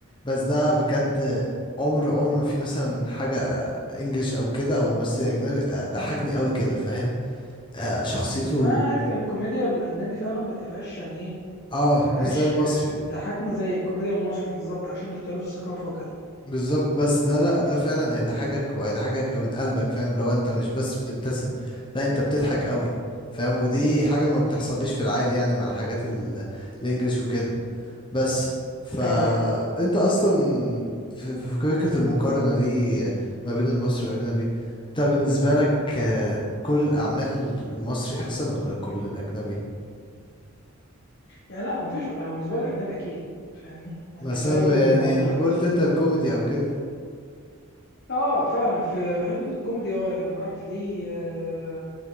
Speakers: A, on the left; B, on the left.
A: بس ده بجد عمر عمر ما في مثلا حاجة انجليش او كده او ممثل اجنبي آه، ضحكني قوي كده فاهم آه، شخصيته
B: انا عارف ان الكوميديا الاجنبي فعلا ما تبقاش يعني ايه
A: اه
B: ما تبقاش
A: مش زي المصري
B: آه، بتضحكنا زي الكوميديا المصري بالظبط عشان اختلاف الثقافه وكده
A: بالظبط بس ده لا ده فعلا هيضحكك وهيضحكك من قلبك فاهم اللي هو انت مش بس بتبتسم لا انت بتضحك قوي فاهم ودي حاجة ما بتحصليش في العادي يعني مع الحاجات ال- الانجليش وكده بس فانت
B: ايوه ايوه
A: اصلا في في فكرة المقارنة دي ما بين المصري والاجنبي انت بالنسبة لك آه، كل الاعمال المصري احسن ولا كل الاجنبي
B: يعني لا ما فيش أنا بالنسبه لي اجنبي اكيد فاهمني يعني
A: مثلا
B: لا يوجد مقارنه
A: يعني ديك
B: حتى
A: قلت انت الكوميدي او كده
B: اه فعلا في حته الكوميدي اه انا معاك في دي آه،